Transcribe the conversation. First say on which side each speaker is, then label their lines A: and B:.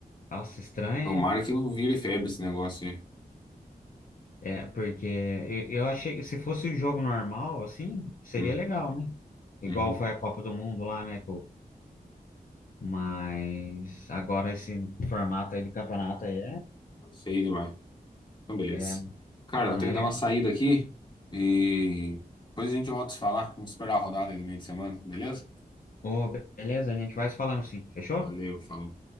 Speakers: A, on the left; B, on the left.
A: Nossa, estranho,
B: Tomara que não vire febre esse negócio aí.
A: é, é, porque eu, eu achei que se fosse o jogo normal, assim, seria
B: Hum.
A: legal, né? Igual
B: Uhum.
A: foi a Copa do Mundo lá, né? Mas agora esse formato aí de campeonato aí
B: Feio demais. Então, beleza.
A: é, é,
B: Cara,
A: não
B: vou ter
A: é
B: que dar
A: legal.
B: uma saída aqui e depois a gente volta a se falar. Vamos esperar a rodada aí no meio de semana, beleza?
A: Ô, beleza, a gente vai se falando sim. Fechou?
B: Valeu, falou.